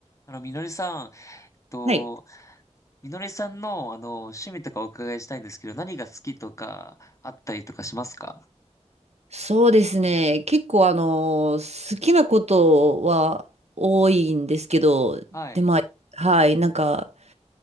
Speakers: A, on the left (about 25°); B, on the right (about 65°).
A: あの、みのりさん、えっと、
B: はい。
A: みのりさんの、あの、趣味とかお伺いしたいんですけど、何が好きとか、あったりとかしますか
B: そうですね。結構あの、好きなことは多いんですけど、
A: はい、
B: で、まあ、はい、なんか、